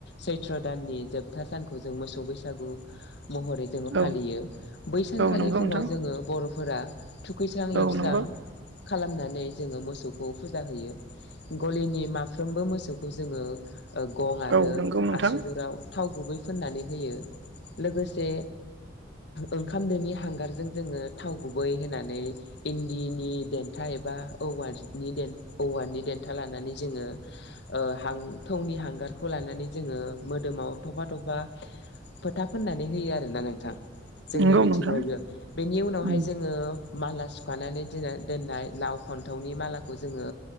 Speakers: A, on the left; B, on the right.
A: सैथ्र' दाननि जोबथा सानखौ जों मोसौ बैसागु महरै जोङो
B: औ
A: फालियो बै सानखालि
B: औ नंगौ
A: फुङाव
B: नोंथां
A: जोङो बर' फोरा खुस्रां
B: औ
A: लोबस्रां
B: नंगौ
A: खालामना नै जोङो मोसौखौ फुजा होयो गलिनि माफ्रोमबो मोसौ खौ जोङो ओ गं आरो
B: औ नंगौ नोंथां
A: आसुगुराव थाव गुबै फुननानै होयो लोगोसे ओंखाम दोनि हांगारजों जोङो थाव गुबै होनानै इन्दिनि देन्था एबा औवानि औवानि देन्था लानानै जोङो ओ हां थौनि हांगारखौ लानानै जोङो मोदोमाव थफा थफा फोथा फोननानै होयो आरोना नोंथां। जोंनि
B: नंगौ
A: बिथिङावहायबो
B: नोंथां
A: बेनि उनावहाय
B: उम
A: जोङो माला सुखानानै दिना दोननाय लाव फान्थावनि मालाखौ जोङो